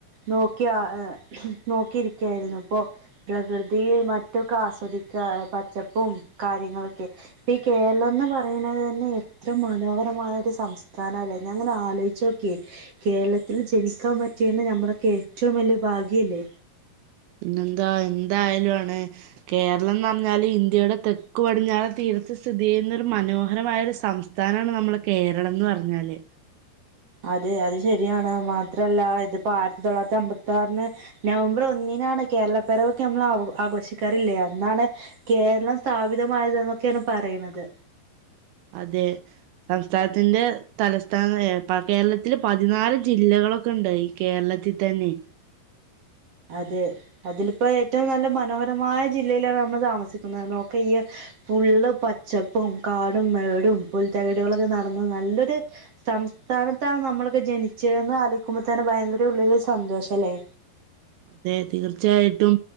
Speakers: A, on the right (about 45°); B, on the right (about 75°).
A: നോക്കിയാ നോക്കിരിക്കായിരുന്നു ഇപ്പൊ പ്രകൃതി മറ്റൊക്കെ ആസ്വദിക്കാ പച്ചപ്പും കാര്യങ്ങളൊക്കെ ഇപ്പ ഈ കേരളംന്ന് പറയുന്നത് തന്നെ എത്ര മനോഹരമായ ഒരു സംസ്ഥാന അല്ലേ ഞാൻ അങ്ങനെ ആലോചിച്ചു നോക്കിയെ കേരളത്തിൽ ജനിക്കാൻ പറ്റിയന്നെ നമ്മളൊക്കെ ഏറ്റവും വലിയ ഭാഗ്യല്ലേ?
B: പിന്നെന്താ എന്തായാലും ആണ് കേരളംന്ന് പറഞ്ഞാല് ഇന്ത്യയുടെ തെക്ക് പടിഞ്ഞാറേ തീരത്ത് സ്ഥിതി ചെയ്യുന്ന ഒരു മനോഹരമായ ഒരു സംസ്ഥാനമാണ് നമ്മുടെ കേരളംന്ന് പറഞ്ഞാല്.
A: അതെ അത് ശരിയാണ് മാത്രല്ല ഇതിപ്പോ ആയിരത്തി തൊള്ളായിരത്തി അമ്പത്തി ആറിന് നവംബർ ഒന്നിനാണ് കേരളപ്പെറവൊക്കെ നമ്മൾ ആ ആഘോഷിക്കാറില്ലേ അന്നാണ് കേരളം സ്ഥാപിതമായത് എന്നൊക്കെയാണ് പറയണന്നത്.
B: അതേ സംസ്ഥാനത്തിന്റെ തലസ്ഥാന ഏ കേരളത്തില് പതിനാല് ജില്ലകളൊക്കെ ഉണ്ട് ഈ കേരളത്തിൽ തന്നെ.
A: അതെ അതിലിപ്പോ ഏറ്റവും നല്ല മനോഹരമായ ജില്ലയിലാണ് നമ്മള് താമസിക്കുന്നത് നോക്കേ ഈ ഫുള്ള് പച്ചപ്പും കാടും മേടും പുൽത്തകിടുകളൊക്കെ നടന്ന് നല്ലൊരു സംസ്ഥാനത്താണ് നമ്മളൊക്കെ ജനിച്ചേന്ന് ആലോയിക്കുമ്പോ തന്നെ ഭയങ്കര ഉള്ളിലൊരു സന്തോഷല്ലേ?
B: അതെ തീർച്ചയായിട്ടും